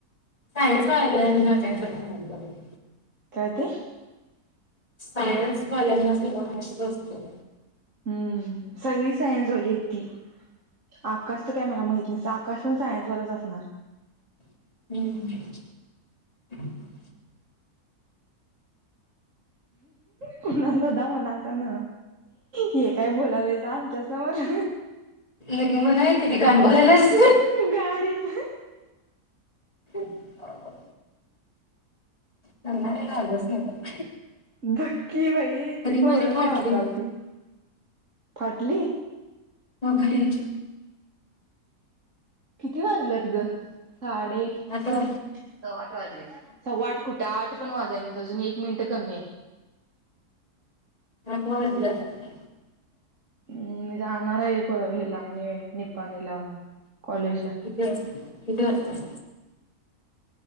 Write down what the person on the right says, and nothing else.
काय ते
हम्म सगळी सायन्स वाली की आकाशच काय मला माहित नाहीस. आकाश पण सायन्सवालाच असणार!
कुणाल दादा म्हणल त्यांन. हे काय बोलालंयच आमच्या समोर
गाडीच
बाकीकी बाई ती पोरच
ला झालती. फाटली
किती वाजल्यात ग? साडे
सव्वा आठ वाजले. ती सव्वा आठ कुठं आठ पण वाजाय अजून एक मिनट कमी हय.
हम्म मी जाणार आहे. हहय ला निपाणीला कॉलेजला